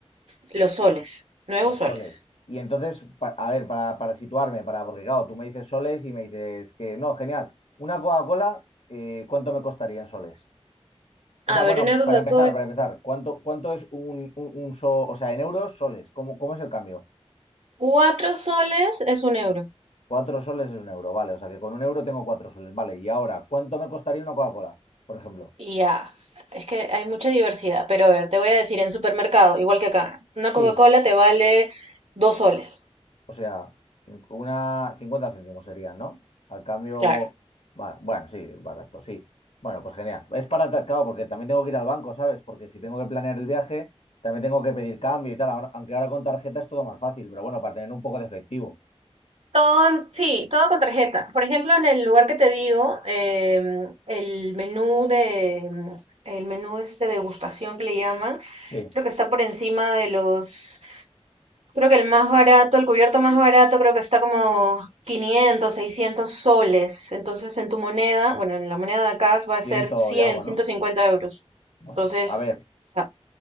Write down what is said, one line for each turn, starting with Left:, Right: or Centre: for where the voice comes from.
Right: Los soles, nuevos
Left: Los
Right: soles.
Left: soles. Y entonces, pa- a ver, para, para situarme, para, porque claro, tú me dices soles y me dices que no, genial. Una Coca-Cola, eh, ¿cuánto me costaría en soles? O
Right: A
Left: sea, bueno,
Right: ver, una Coca-Cola.
Left: para empezar, para empezar, ¿cuánto, cuánto es un, un, un so- o sea, en euros, soles? ¿Cómo, cómo es el cambio?
Right: Cuatro soles es un euro.
Left: Cuatro soles es un euro, vale. O sea que con un euro tengo cuatro soles, vale. Y ahora, ¿cuánto me costaría una Coca-Cola, por ejemplo?
Right: Y ya, es que hay mucha diversidad. Pero a ver, te voy a decir, en supermercado, igual que acá, una
Left: Sí,
Right: Coca-Cola te vale dos soles.
Left: o sea, cin- una 50 céntimos serían, ¿no? Al cambio,
Right: Claro.
Left: va- bueno, sí, barato, sí. Bueno, pues genial. Es para, claro, porque también tengo que ir al banco, ¿sabes? Porque si tengo que planear el viaje, también tengo que pedir cambio y tal. Ahora- Aunque ahora con tarjeta es todo más fácil, pero bueno, para tener un poco de efectivo.
Right: Todo, en- sí, todo con tarjeta. Por ejemplo, en el lugar que te digo, em, el menú de, em, el menú este degustación que le llaman,
Left: Sí,
Right: creo que está por encima de los Creo que el más barato, el cubierto más barato, creo que está como quinientos seiscientos soles. Entonces, en tu moneda, bueno, en la moneda de acá va a
Left: ciento
Right: ser cien
Left: y algo,
Right: ciento
Left: ¿no?
Right: cincuenta euros.
Left: Bueno,
Right: Entonces,
Left: a ver,
Right: ah,